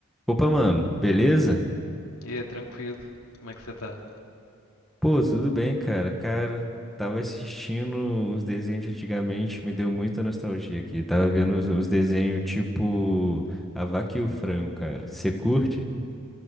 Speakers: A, in the centre; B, on the left.
A: Opa, mano, beleza?
B: E aí, tranquilo. Como é que você tá?
A: Pô, tudo bem, cara. Cara, tava assistindo uns desenhos de antigamente, me deu muita nostalgia aqui. Tava vendo uns, uns desenhos tipo A Vaca e o Frango, cara. Você curte?